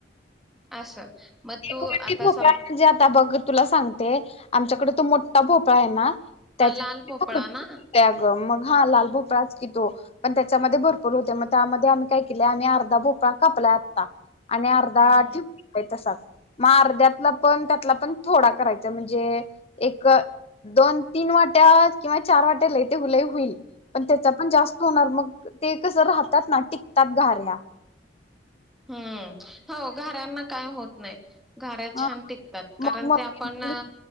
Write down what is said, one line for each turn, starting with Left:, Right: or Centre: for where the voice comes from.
Centre: असं. मग तू
Left: एक वाटी
Centre: आता
Left: भोपळा
Centre: सम
Left: म्हणजे आता बघ तुला सांगते, आमच्याकड तो मोठा भोपळा आहे ना त्याच्या
Centre: हा लाल भोपळा ना?
Left: त्या ग मग हा लाल भोपळाच कि तो, पण त्याच्यामध्ये भरपूर होते. मग त्यामध्ये आम्ही काय केलं आम्ही अर्धा भोपळा कापलाय आत्ता. आणि अर्धा
Centre: हम्म
Left: ठेवलाय तसाच. मग अर्ध्यातला पण त्यातला पण थोडा करायचा म्हणजे, एक दोन तीन वाट्या किंवा चार वाट्याला ते लई होईल पण त्याचा पण जास्त होणार मग ते कसं राहतात ना टिकतात घाऱ्या.
Centre: हम्म. हो घाऱ्याना काय होत नाही. घाऱ्या
Left: ह
Centre: छान टिकतात, कारण
Left: मग मग
Centre: ते आपण